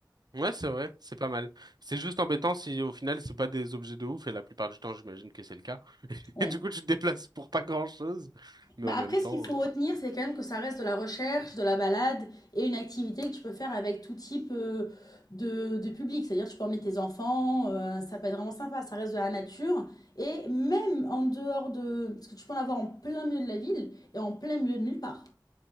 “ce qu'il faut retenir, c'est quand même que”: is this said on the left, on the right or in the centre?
Left